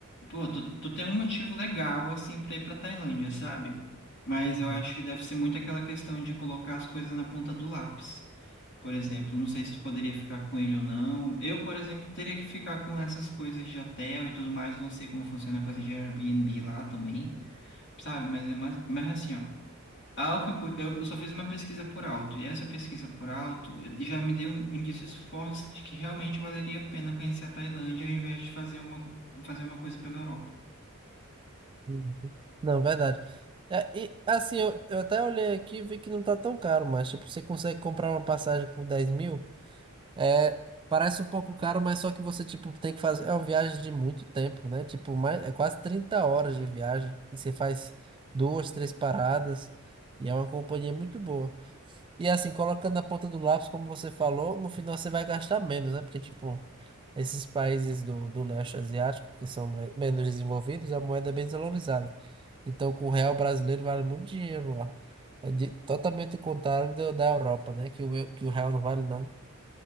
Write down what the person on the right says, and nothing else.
Uhum,
uhum. Não, verdade. É, e assim, eu, eu até olhei aqui e vi que não tá tão caro, mas tipo, você consegue comprar uma passagem por 10 mil? É, parece um pouco caro, mas só que você tipo, tem que fazer. É uma viagem de muito tempo, né? Tipo, mais, é quase 30 horas de viagem. E você faz duas, três paradas. E é uma companhia muito boa. E assim, colocando na ponta do lápis, como você falou, no final você vai gastar menos, né? Porque, tipo. Esses países do, do leste asiático, que são mais- menos desenvolvidos, a moeda é bem desvalorizada. Então, com o real brasileiro vale muito dinheiro lá. É de- totalmente o contrário do- da Europa, né? Que o, eu- que o real não vale nada.